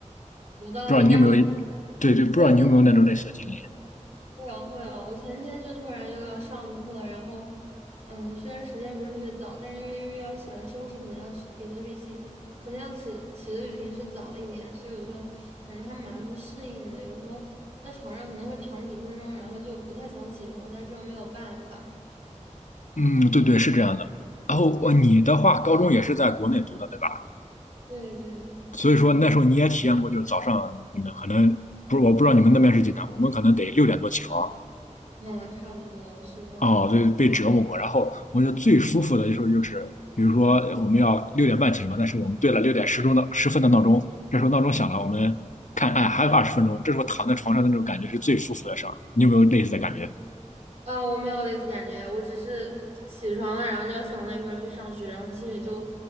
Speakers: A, on the right; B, on the left.
A: 有道理，
B: 不知道你有没有，
A: 但我觉得
B: 对对，不知道你有没有那种类似的经历？
A: 会会啊会啊，我前天就突然又要上课，然后，嗯，虽然时间不是特别早，但是因为要起来收拾，可能要起比特比起，可能要起起的比平时早一点，所以我就感觉还蛮不适应的。有时候在床上可能会躺几分钟，然后就不太想起床，但是又没有办法。
B: 嗯，对对，是这样的。然后呃你的话，高中也是在国内读的，对吧？
A: 对对，
B: 所以说那时候你也体验过，就是早上你们可能不是，我不知道你们那边是几点，我们可能得六点多起床，
A: 嗯，差不多是的。
B: 哦，对，被折磨过。然后我觉得最舒服的时候就是，比如说我们要六点半起床，但是我们对了六点十钟的十分的闹钟，这时候闹钟响了，我们看，哎，还有二十分钟，这时候躺在床上的那种感觉是最舒服的事儿。你有没有类似的感觉？
A: 啊，我没有类似感觉，我只是起床了，然后就想着一会儿去上学，然后心里就